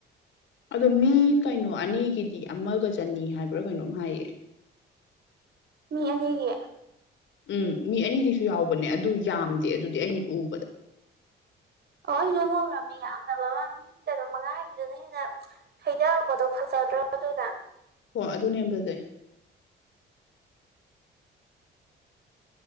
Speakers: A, on the left (about 70°); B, on the right (about 55°).
A: ꯑꯗꯣ ꯃꯤ ꯀꯩꯅꯣ ꯑꯅꯤꯒꯤꯗꯤ ꯑꯃꯒ ꯆꯅꯤ ꯍꯥꯏꯕ꯭ꯔꯥ ꯀꯩꯅꯣꯝ ꯍꯥꯏꯌꯦ
B: ꯃꯤ ꯑꯅꯤꯔꯤ
A: ꯎꯝ ꯃꯤ ꯑꯅꯤꯒꯤꯁꯨ ꯌꯥꯎꯕꯅꯦ ꯑꯗꯨ ꯌꯥꯝꯗꯦ ꯑꯗꯨꯗꯤ ꯑꯩꯅ ꯎꯕꯗ
B: ꯑꯣ ꯍꯔꯃꯣꯔ ꯌꯥꯝꯗꯕ ꯑꯃ ꯃꯤ ꯀꯩꯅꯣ ꯃꯉꯥꯒꯤꯗꯨꯅ ꯍꯦꯟꯅ ꯍꯩꯊꯔꯛꯄꯗꯣ ꯐꯖꯗ꯭ꯔꯣ ꯑꯗꯨꯅ
A: ꯍꯣ ꯑꯗꯨꯅ ꯌꯥꯝ ꯐꯖꯩ